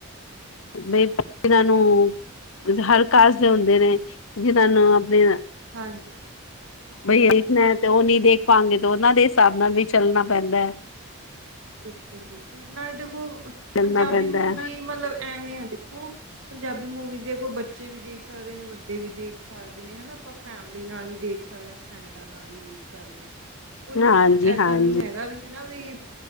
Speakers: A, on the left (about 65°); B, on the right (about 65°).
A: ਬਈ ਜਿਨਾਂ ਨੂੰ, <unintelligible>
B: ਬਿਲਕੁਲ
A: ਹਰ ਕਾਸਟ ਦੇ ਹੁੰਦੇ ਨੇ ਜਿਨਾਂ ਨੂੰ ਅਪਨੇ
B: ਹਾਂਜੀ ਹਾਂ
A: ਬਈ ਦੇਖਨਾ ਐ ਤੇ ਓ ਨਹੀਂ ਦੇਖ ਪਾਂਗੇ ਤੇ ਉਹਨਾਂ ਦੇ ਹਿਸਾਬ ਨਾਲ ਵੀ ਚੱਲਨਾ ਪੈਂਦਾ ਐ।
B: ਬਿਲਕੁਲ-ਬਿਲਕੁਲ ਨਾਲੇ ਦੇਖੋ
A: ਚੱਲਣਾ
B: ਪੰਜਾਬੀ
A: ਪੈਂਦਾ
B: ਮੂਵੀ
A: ਹੈ
B: ਮਤਲਬ ਐਵੇਂ ਐ ਦੇਖੋ ਪੰਜਾਬੀ ਮੂਵੀਜ਼ ਦੇਖੋ ਬੱਚੇ ਵੀ ਦੇਖ ਸਕਦੇ ਨੇ, ਵੱਡੇ ਵੀ ਦੇਖ ਸਕਦੇ ਨੇ ਹਨਾ ਆਪਾਂ ਫੈਮਲੀ ਨਾਲ ਵੀ ਦੇਖ ਸਕਦੇ ਆ ਫਰੈਂਡਾਂ ਨਾਲ ਵੀ ਦੇਖ ਸਕਦੇ ਆ। ਕੋਈ ਮਤਲਬ
A: ਹਾਂਜੀ
B: ਏਦਾਂ
A: ਹਾਂਜੀ
B: ਨੀ ਹੈਗਾ ਵੀ ਹਨਾ ਵੀ